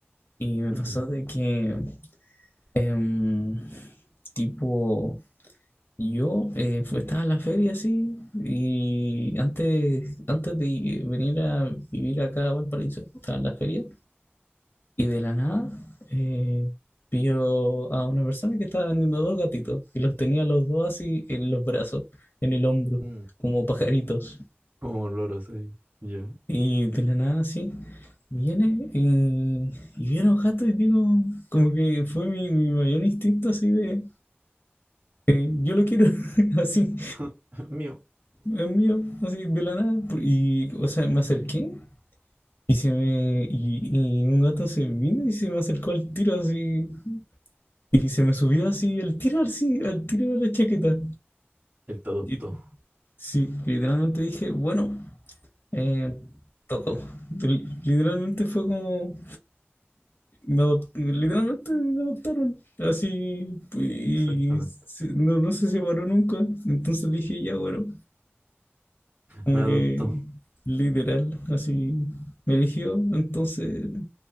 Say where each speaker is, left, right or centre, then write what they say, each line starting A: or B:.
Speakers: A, on the left; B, on the right.
A: Y me
B: Ujú.
A: pasó de que, em, tipo, yo eh, fue- estaba en la feria así, y antes, antes de venir a vivir acá a Valparaíso, estaba en la feria. Y de la nada, eh, vio a una persona que estaba vendiendo dos gatitos y los tenía los dos así en los brazos, en el hombro,
B: Mm.
A: como pajaritos.
B: Como loros ahí. Ya.
A: Y de la nada, así, viene y, y vi a los y digo, como que fue mi, mi mayor instinto así de, eh, yo lo quiero, <laughs> así,
B: <laughs> Mío.
A: es mío, así, de la nada. pu- Y, o sea, me acerqué y, se me, y, y un gato se vino y se me acercó al tiro así. Y se me subió así el tiro, así, al tiro de la chaqueta.
B: Él te adoptó.
A: Y- sí, literalmente dije, bueno, eh, tocó. Li- Literalmente fue como, me adop- literalmente me adoptaron, así, y
B: Exactamente.
A: se- no, no se separó nunca. Entonces dije, ya bueno, como
B: Me adoptó.
A: que literal, así, me eligió, entonces